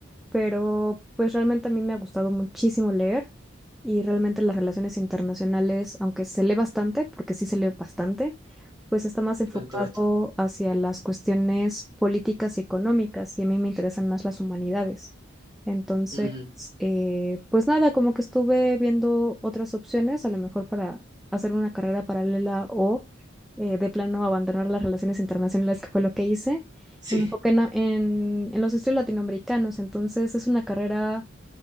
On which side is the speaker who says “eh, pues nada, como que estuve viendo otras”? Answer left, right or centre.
Centre